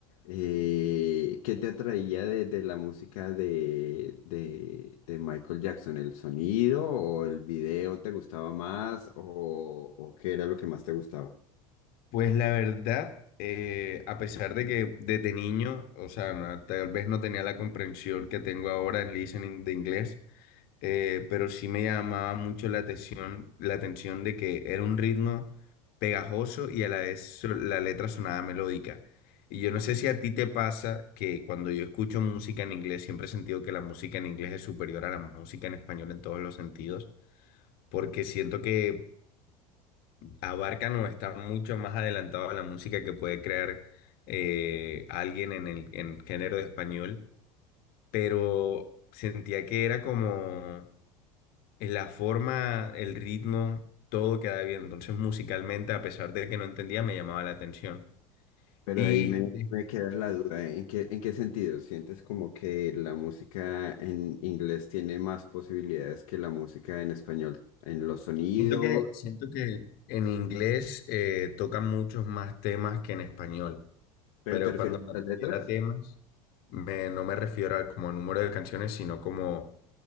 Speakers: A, on the left; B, on the left.
A: Eh, ¿qué te atraía de, de la música de, de, de Michael Jackson? ¿El sonido o el video te gustaba más o, o qué era lo que más te gustaba?
B: Pues la verdad, eh, a pesar de que desde niño, o sea, no- tal vez no tenía la comprensión que tengo ahora en listening de inglés, eh, pero sí me llamaba mucho la atención, la atención de que era un ritmo pegajoso y a la vez so- la letra sonaba melódica. Y yo no sé si a ti te pasa que cuando yo escucho música en inglés, siempre he sentido que la música en inglés es superior a la música en español en todos los sentidos, porque siento que abarcan o están mucho más adelantados a la música que puede crear eh, alguien en el en el género de español, pero sentía que era como eh, la forma, el ritmo, todo quedaba bien. Entonces, musicalmente, a pesar de que no entendía, me llamaba la atención.
A: Pero
B: Y
A: ahí me,
B: de-
A: me queda la duda, ¿eh? ¿en qué, en qué sentido? ¿Sientes como que la música en inglés tiene más posibilidades que la música en español? ¿En los sonidos?
B: siento que, siento que en inglés eh, tocan muchos más temas que en español,
A: ¿Pero
B: pero
A: te refieres
B: cuando me
A: a las
B: refiero
A: letras?
B: a temas, me- no me refiero a como número de canciones, sino como